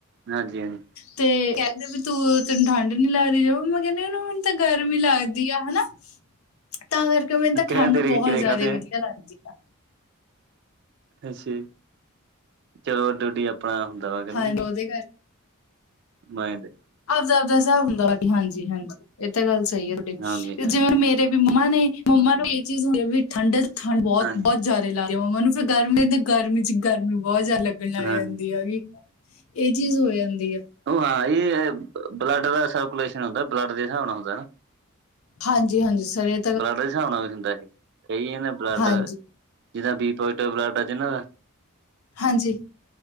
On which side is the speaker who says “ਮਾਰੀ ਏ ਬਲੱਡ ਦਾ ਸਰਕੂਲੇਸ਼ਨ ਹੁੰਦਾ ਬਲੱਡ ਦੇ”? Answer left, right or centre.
Right